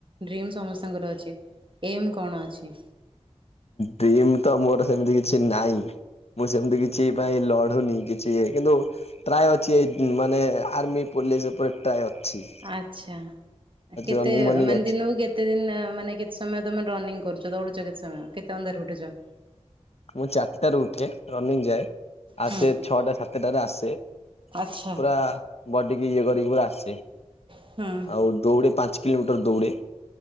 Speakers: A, on the right; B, on the left.
A: ଡ୍ରିମ୍ ସମସ୍ତଙ୍କର ଅଛି, ଏମ୍ କଣ ଅଛି?
B: ଡ୍ରିମ ତ ମୋର ସେମିତି କିଛି ନାହିଁ, ମୁଁ ସେମିତି କିଛି ପାଇଁ ଲଢୁନି, କିଛି ଏ କିନ୍ତୁ ଟ୍ରାୟ ଅଛି ଏଇ ମାନେ ଆର୍ମି ପୋଲିସ ଉପରେ ଟ୍ରାଏ ଅଛି।
A: ଆଛା ଆ କେତେ
B: ରନିଂ ମନିଂ
A: ମାନେ
B: ଅଛି
A: ଦିନକୁ କେତେ କେତେ ଦିନ ମାନେ କେତେ ସମୟ ତମେ ରନିଂ କରୁଛ ଦୌଡୁଛ କେତେ ସମୟ, କେତେ ଅନ୍ଧାରୁ ଉଠୁଛ?
B: ମୁଁ ଚାରିଟାରୁ ଉଠେ, ରନିଙ୍ଗ ଯାଏ, ଆସେ
A: ହୁଁ।
B: ଛଅଟା ସାତଟାରେ ଆସେ।
A: ଆଚ୍ଛା
B: ପୁରା ବଡିକି ଇଏ କରିକି ପୁରା ଆସେ।
A: ହୁଁ।
B: ଆଉ ଦୌଡ଼େ ପାଞ୍ଚ କିଲୋମିଟର ଦୌଡ଼େ।